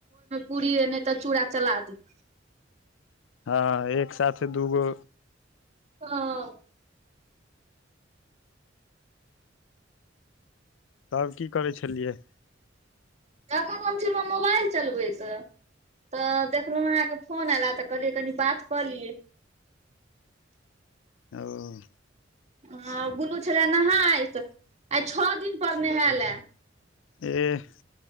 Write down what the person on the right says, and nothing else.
पूरीये नहि त चुरा चला देबय।
हँ
तखन हम छलव मोबाइल चलबैत। तऽ देखलहु अहाँके फोन एयला तऽ कहलियै कनि बात कऽ लियै।
हं गुल्लू छलै नहायत। आइ छओ दिन पर नहैलयै।